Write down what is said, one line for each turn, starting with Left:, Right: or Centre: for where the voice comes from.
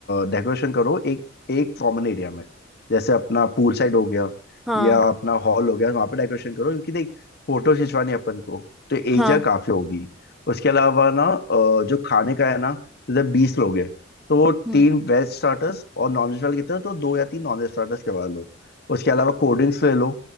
Left: डेकोरेशन करो एक एक कॉमन एरिया में जैसे अपना पूल साइड हो गया
Centre: हाँ
Left: या अपना हॉल हो गया वहां पे डेकोरेशन करो क्योंकि देख फोटो खिंचवानी है अपन को तो एक
Centre: हाँ
Left: जगह काफी होगी उसके अलावा ना अ, जो खाने का है ना जैसे बीस लोग हैं तो
Centre: हम्म
Left: तीन वेज स्टार्टर्स और नॉन वेज वाले कितने तो दो या तीन नॉन वेज स्टार्टर्स करवा लो उसके अलावा कोल्ड ड्रिंक्स ले लो